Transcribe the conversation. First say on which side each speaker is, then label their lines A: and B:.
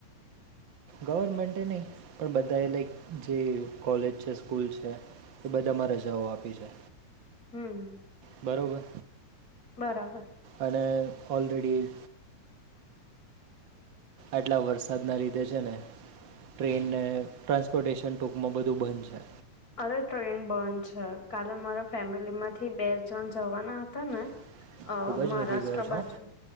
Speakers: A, on the right; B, on the left.
A: ગવરમેન્ટે ન‌ઈ પણ બધા એ લાઈક જે કોલેજ છે સ્કૂલ છે એ બધામાં રજાઓ આપી છે.
B: હમ્મ.
A: બરોબર?
B: બરાબર.
A: અને ઓલરેડી આટલા વરસાદના લીધે છે ને ટ્રેનને ટ્રાન્સપોર્ટેશન ટૂંકમાં બધું બંધ છે.
B: અરે ટ્રેન બંધ છે. કાલે મારા ફેમિલીમાંથી બે જન જવાના હતા ને
A: <inaudible>
B: અ મહારાષ્ટ્ર
A: વધી ગયો છો
B: બાજુ